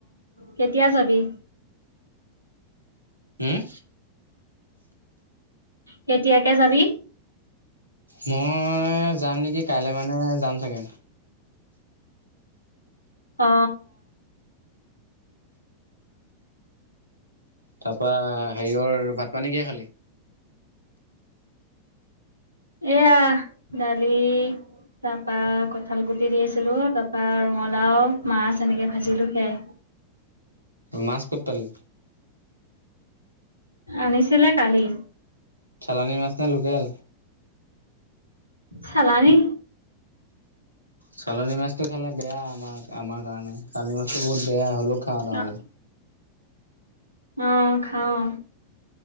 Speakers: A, on the left; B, on the right.
A: কেতিয়া যাবি?
B: উম,
A: কেতিয়াকে যাবি?
B: মই যাম নেকি, কাইলে মানে যাম চাগে।
A: অ,
B: তাৰপা হেৰিয়ৰ, ভাত পানী কিহে খালি?
A: এয়া, দালি তাৰ পৰা কঠাল গুটি দিছিলোঁ তাৰপা ৰঙালাও মাছ এনেকে ভাজিলোঁ সেয়াই।
B: মছ ক'ত পালি?
A: আনিছিলে কালি।
B: পানীৰ মাছ নে লোকেল?
A: চালানি
B: চালনী মাছটো খালে বেয়া। আমাৰ, আমাৰ কাৰণে চালানী মাছতো বহুত বেয়া হ'লেও খা, হয়।
A: অ অ, খাওঁ।